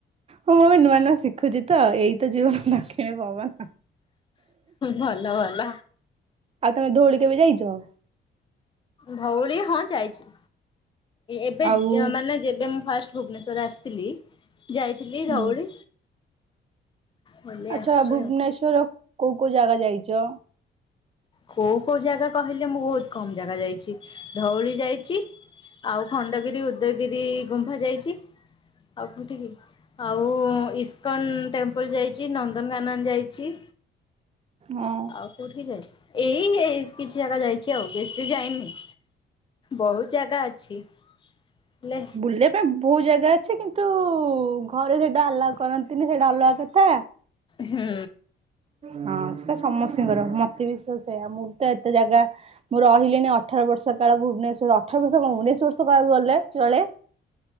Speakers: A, on the right; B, on the left.
A: ହଁ ମୁଁ ଏବେ ନୂଆ ନୂଆ ଶିଖୁଛି ତ ଏଇ ତ ଯିବ ଖ ପବା ନା
B: ଭଲ ଭଲ।
A: ଆଉ ତମେ ଧଉଳି କେବେ ଯାଇଛ ଆଉ
B: ଭଉଳିୀ ହଁ ଯାଇଛି। ଏବେ
A: ଆଉ
B: ମାନେ ଯେବେ ମୁଁ ଫାଷ୍ଟ ଭୁବନେଶ୍ୱର ଆସିଥିଲି। ଯାଇଥିଲି ଧଉଳି
A: ହୁଁ
B: ବୁଲି
A: ଆଚଛା
B: ଆସିଛି
A: ଭୁବନେଶ୍ଵର
B: ଆଉ।
A: କୋଉ କୋଉ ଜାଗା ଯାଇଛ
B: କୋଉ କୋଉ ଜାଗା କହିଲେ ମୁଁ ବହୁତ କମ ଜାଗା ଯାଇଛି ଧଉଳି ଯାଇଛି ଆଉ ଖଣ୍ଡଗିରି ଉଦୟଗିରି ଗୁମ୍ଫା ଯାଇଛି ଆଉ କଉଠି କି ଆଉ ଇସ୍କନ ଟେମ୍ପଲ ଯାଇଛି ନନ୍ଦନକାନନ ଯାଇଛି।
A: ହଁ
B: ଆଉ କୋଉଠି ଯାଇଛି ଏଇ ଏଇ କିଛି ଜାଗା ଯାଇଛି ଆଉ ବେଶୀ ଯାଇନି ବହୁତ ଜାଗା ଅଛି। ହେଲେ
A: ବୁଲିଲ ପାଇଁ ବହୁ ଜାଗା ଅଛି କିନ୍ତୁ ଘରେ ସେଇଟା ଅଲଗ କରନ୍ତିନି ସେଇଟା ଅଲଗା କଥା
B: ହୁଁ
A: ହଁ ସେଇଟା ସମସ୍ତିଙ୍କର ମତେବି ସେ ସେଇଆ ମୁଁ ତ ଏତେ ଜାଗା ମୁଁ ରହିଲେଣିି ଅଠ ବର୍ଷ କାଳ ଭୁବନେଶ୍ଵର୍ ଅଠ ବର୍ଷ କଣ ଉନେଇସି ବର୍ଷ କାଳୁ ଗଲେ ଚୁଆଳେ।